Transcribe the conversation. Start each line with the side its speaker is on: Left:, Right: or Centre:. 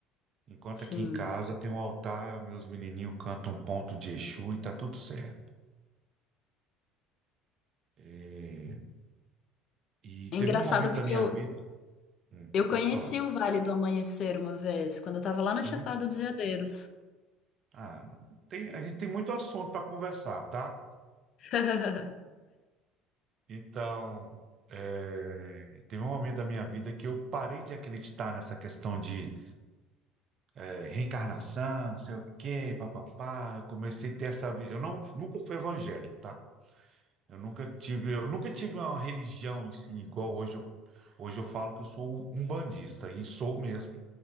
Right: Enquanto
Left: sim.
Right: aqui em casa tem um altar, meus menininhos cantam um ponto de Exu e tá tudo certo. É, E
Left: É
Right: teve
Left: engraçado
Right: um momento
Left: porque
Right: da minha
Left: eu,
Right: vida, Hum,
Left: Eu
Right: pode
Left: conheci
Right: falar.
Left: o Vale do Amanhecer uma vez, quando eu estava lá na
Right: É
Left: Chapada
Right: muito,
Left: dos Veadeiros.
Right: ah, tem, a gente tem muito assunto para conversar, tá?
Left: <laughs>
Right: Então, é, teve um momento da minha vida que eu parei de acreditar nessa questão de é, reencarnação, não sei o quê, papapá. Eu comecei a ter essa vida. Eu não, nunca fui evangélico, tá? Eu nunca tive, eu nunca tive uma religião em si, igual hoje eu, hoje eu falo que eu sou um umbandista, e sou mesmo.